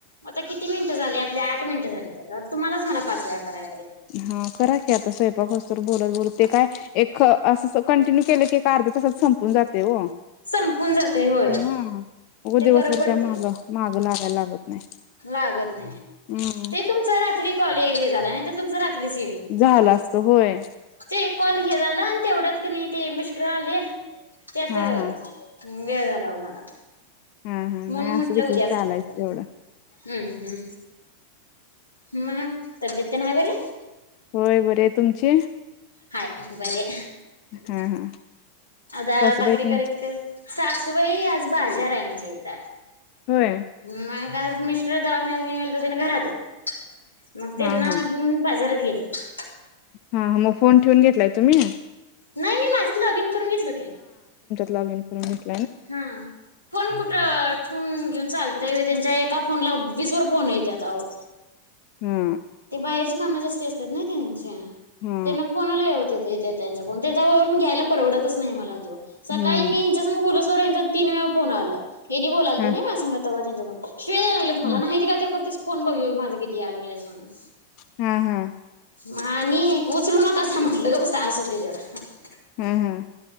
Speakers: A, on the left; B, on the left.
A: आता किती मिनिटं झाल्यात? आठ मिनट झालेत आता तुम्हालाच मला पाच वेळा कराय
B: हा, करा की आता स्वयंपाक होस्तोवर बोलत, बोलत ते काय एक असं कंटिन्यू केलं की एक अर्ध्या तासात सं पुन जातंय ओ.
A: संपून जातय होय.
B: हा उग
A: ते
B: दिवसभरच्या
A: बरं पडतंय
B: मागं
A: आओ
B: माग लागाय लागत नाही
A: लागत नाही,
B: हम्म
A: ते तुमच रात्री कॉल हे झालाय ते तुमचं रात <unintelligible> व्यवस्थित,
B: झालं असत होय
A: ते कॉल हे झालं तेवढंच कनई ते मिस्टर आले त्यात
B: हा हा
A: वेळ झाला हो मला.
B: हा हा
A: म्हणून
B: नाही
A: म्हटलं
B: असं देखील
A: उद्याच
B: चालायच
A: करतो.
B: तेवढं
A: हम्म, हम्म. मग तब्येत तेन हाय बरी?
B: होय बरी हाईत तुमची
A: हाय बरी हाय.
B: हा हा
A: आता
B: सासूबाई
A: भाकरी
B: तेन
A: करत, करत सासूबाई आज बाजार आहे आमच्या इथं.
B: होय
A: मग? आज मिस्टर दवाखान्याला घेऊन गेलत तेनी घरात हाईत. मग त्यांना
B: हा हा
A: घेऊन बाजारात गेलेत.
B: हा मग फोन ठेवून घेतलाय तुम्ही?
A: नाही मी माझेच लॉग इन करून घेतलो की.
B: लाँगीन करुन घे
A: हा. फोन कुठ ठेवून घेऊन चालतय होय, त्यांच्या एका फोनला वीस भर फोन येत्यात आवो.
B: हा
A: ते बाहेरची कामं जास्ती असत्यात णा त्यांच्या
B: हा
A: त्यांन फोनला यावत्यात <unintelligible> घेत्याय तेंच्याकडुन त्यांच्याजवळून घ्यायला परवडतच नाही आम्हाला. सकाळी
B: हम्म
A: मी हेंच्या संग बोलच तर यांचा तीन वेळा फोन आला. हेन्री बोलालंत
B: हा
A: नय माझ्या संग तवा <unintelligible> हम <inaudible> शिव्या द्यायला लागलेत मला
B: हा
A: नाहीत कायतरी करतेस फोन बघ माझं किती याया लागल्यात मला. <unintelligible>
B: हा हा
A: मानी मोचल ना <unintelligible> कसं म्हटलं ग बसा असुदे तेवढ
B: हम् हम्.